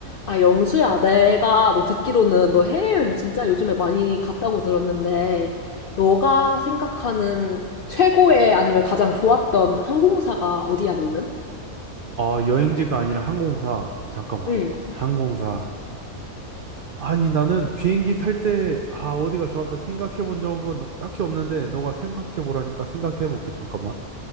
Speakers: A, on the left (about 65°); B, on the right (about 75°).
A: 아, 영수야, 내가 너 듣기로는 너 해외여행 진짜 요즘에 많이 갔다고 들었는데, 너가 생각하는 최고의 아니면 가장 좋았던 항공사가 어디야, 너는?
B: 아, 여행지가 아니라 항공사. 잠깐만.
A: 응,
B: 항공사. 아니, 나는 비행기 탈 때, 아, 어디가 좋았다 생각해 본 적은 딱히 없는데, 너가 생각해 보라니까 생각해 볼게. 잠깐만.